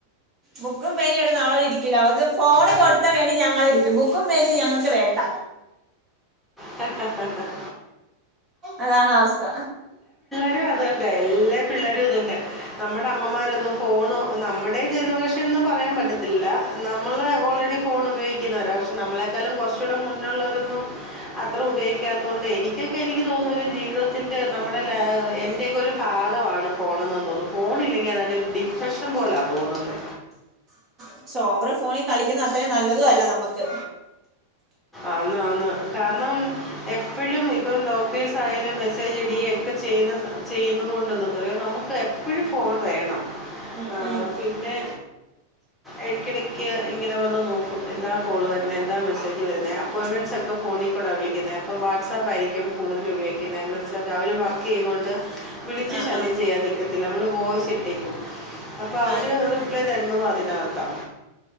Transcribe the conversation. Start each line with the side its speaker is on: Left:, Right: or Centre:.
Right: ബുക്കും പേനയും എടുത്ത് അവളവിടിരിക്കില്ല അവക്ക് ഫോണ് കൊടുത്താ വേണെ ഞങ്ങളിരിക്കും ബുക്കും പേനയും ഞങ്ങ ങ്ങക്ക് വേണ്ട
Centre: ഹ-ഹ-ഹ-ഹ
Right: അതാണവസ്ഥ
Centre: <unintelligible> ഇന്ന്വന്ന്കണ്ട എല്ലാ പിള്ളേരും ഇതന്നെ നമ്മുടെ അമ്മമാരൊന്നും ഫോണോ നമ്മുടെ ജനറേഷൻന്ന് പറയാൻ പറ്റത്തില്ല നമ്മൾ ഓൾറെഡി ഫോൺ ഉപയോഗി ക്കുന്നവരാ പക്ഷെ നമ്മളെക്കാളും കുറച്ചൂടെ മുന്നുള്ളവരൊന്നും അത്ര ഉപയോഗിക്കാത്തൊണ്ട് എനിക്കൊക്കെ എനിക്ക് തോന്നുന്നൊരു ജീവിതത്തിന്റെ നമ്മുടെ ലൈ എന്റെയൊക്കൊരു ഭാഗ മാണ് ഫോണെന്ന് തോന്നും ഫോണില്ലെങ്കി ഏതാണ്ട് ഡിപ്രഷൻ പോലാ തോന്നുന്നേ
Right: പക്ഷോഓവറ് ഫോണി കളിക്കുന്നതത്രയും നല്ലതുഅല്ല നമ്മക്ക്
Centre: ആന്ന് ആന്ന് കാരണം എപ്പഴും ഇപ്പം ഡോക്ടേഴ്സായാലും മെസ്സേജ് ഇടിയെക്കെ ചെയ്യും ചെയ്യുന്ന ചെയ്യുന്നത് കൊണ്ടെന്ത്‌ന്നറിയോ നമുക്കെപ്പഴും ഫോൺ വേണം
Right: ഉം
Centre: ആ
Right: ഉം
Centre: പിന്നെ എടക്കിടക്ക് ഇങ്ങനെ വന്ന്നോക്കും എന്താ കോള് വര്ണെ എന്താ മെസ്സേജ്
Right: ഉം
Centre: അപ്പോയ്മെന്റ്സൊക്കെ ഫോണീ കൂടാ വിളിക്കുന്നെ അപ്പോ വാട്സാപ്പായിരിക്കും കൂടുതലുപയോഗിക്കുന്നെ മീൻസ് അവര് വർക്കെയ്യുമ്പൊ കൊണ്ട് വിളിച്ച്
Right: ആ
Centre: ശല്യംചെയ്യാൻ
Right: ആ
Centre: നിൽക്കും നമ്മള് വോയ്‌സിട്ടേക്കും അപ്പൊ അവര്
Right: ആ
Centre: റിപ്ലൈ തരുന്നതും അതിനകത്താ